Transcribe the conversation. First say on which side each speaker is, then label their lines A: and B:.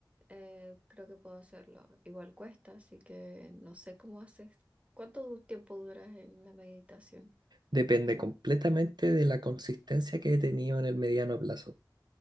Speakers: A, on the right (about 15°); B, on the right (about 65°).
A: eh, creo que puedo hacerlo. Igual cuesta, así que no sé cómo haces. ¿Cuánto du- tiempo duras en la meditación?
B: Depende completamente de la consistencia que he tenido en el mediano plazo.